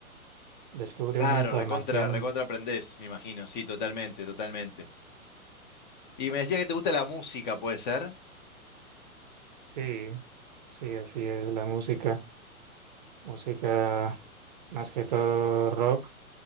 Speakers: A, on the right; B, on the left.
A: descubre
B: Claro,
A: una información.
B: recontra, recontra aprendés, me imagino. Sí, totalmente, totalmente. Y me decía que te gusta la música, ¿puede ser?
A: Sí, sí, así es la música. Música más que todo rock,